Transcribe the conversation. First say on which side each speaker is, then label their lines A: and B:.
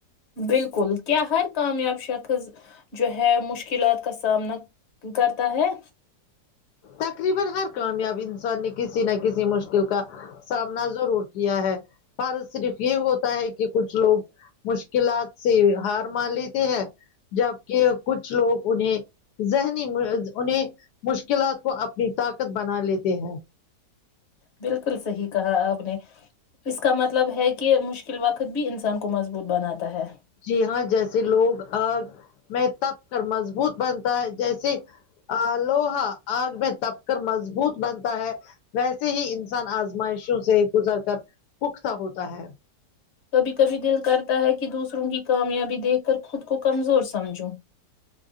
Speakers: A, on the left; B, on the left.
A: بالکل کیا ہر کامیاب شخص جو ہے مشکلات کا سامنا کرتا ہے
B: تقریبا ہر کامیاب انسان نے کسی نہ کسی مشکل کا سامنا ضرور کیا ہے پر صرف یہ ہوتا ہے کہ کچھ لوگ مشکلات سے ہار مان لیتے ہیں جبکہ کچھ لوگ انہیں ذہنی انہیں مشکلات کو اپنی طاقت بنا لیتے ہیں
A: بالکل صحیح کہا آپ نے اس کا مطلب ہے کہ مشکل وقت بھی انسان کو مضبوط بناتا ہے
B: جی ہاں جیسے لوگ میں تپ کر مضبوط بنتا ہے جیسے آ لوہا آگ میں تپ کر مضبوط بنتا ہے ویسے ہی انسان آزمائشوں سے گزر کر پوقت سا ہوتا ہے
A: کبھی کبھی دل کرتا ہے کہ دوسروں کی کامیابی دیکھ کر خود کو کمزور سمجھو